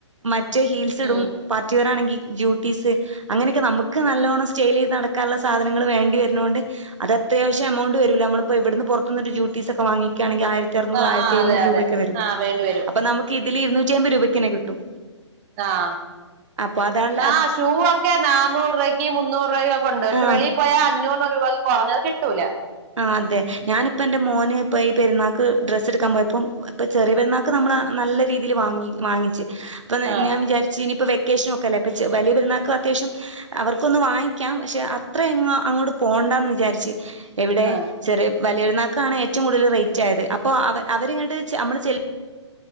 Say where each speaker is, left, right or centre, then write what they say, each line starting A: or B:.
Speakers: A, on the right; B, on the right.
A: മറ്റേ ഹീൽസ്ടും
B: ഉം
A: പാർട്ടിവർ ആണെങ്കിൽ ഡ്യൂട്ടീസ് അങ്ങനൊക്കെ നമുക്ക് നല്ലോണ്ണം സ്റ്റെൽ ചെയ്ത് നടക്കാള്ള സാധനങ്ങൾ വേണ്ടി വെര്നോണ്ട് അത് അത്യാവശ്യ എമൗണ്ട് വരൂലേ നമ്മള്പ്പോഇവിടുന്ന് പൊർത് ന്ട്ട് ജ്യുട്ടീസ്ഒക്കെ വാങ്ങിക്കുകണെങ്കിൽആയിര ത്തിയർന്നു
B: ആ
A: ആയിരത്തിഴ്ന്നൂറ്
B: ആ അതെ അതെ
A: രൂപയൊക്കെ വരും
B: ആ വേണ്ടി വരും
A: അപ്പൊനമുക്കിതില് ഇര്ന്നൂറ്റി എമ്പത് രൂപക്കന്നെകിട്ടും
B: ആഹ്
A: അപ്പൊഅതാൺ
B: ആഹ് ഷൂഒക്കെ നാനൂറ് രൂവക്ക് മുന്നൂറ് രൂവക്ക്‌ഒക്കെഒണ്ട് ക്ഷെവെളീപോയാ
A: ആഹ്
B: അഞ്ഞൂറ് രൂപ കൊറഞ്ഞത്കിട്ടൂല
A: ആഹ് അതെ ഞാനിപ്പന്റെ മോന്പ്പ ഈ പെരുന്നാക്ക് ഡ്രസ്സ് ട്ക്കാൻ പോയപ്പം ഇപ്പ ചെറിയ പെര്ന്നാ ക്ക്‌നമ്മളാനല്ലരീതില് വാങ്ങി വാങ്ങിച്ച്പ്പഞാൻ
B: ആഹ്
A: വിജാര്ചീനിപ്പവെ ക്കേഷ്നൊക്കല്ലേപച്ച് വലിയപെരുന്നൾക്ക്‌അത്യാശ്യം അവർക്കൊന്ന് വാങ്ങിക്ക്യാം പഷേ അത്രഎങ്ങാഅങ്ങോട്ട് പോണ്ടാന്ന് വിചാരിച്ച് എവിടെ
B: ആഹ്
A: ചെറിയ വലിയൊരുന്നാക്കാണ്ഏറ്റും കൂടുതൽ റൈറ്റ് ആയത്അപ്പോ അവ അവര് അവരിങ്ങട്ട് ചെനമ്മള്ച്ചെൽ